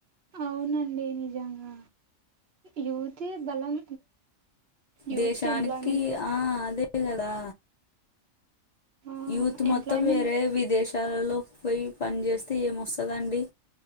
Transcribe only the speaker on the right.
అవునండి నిజంగా యూత్ ఏ బలం యూత్‌కి
ఎంప్లాయ్‌మెంట్
ఆ!
ఎంప్లాయ్‌మెంట్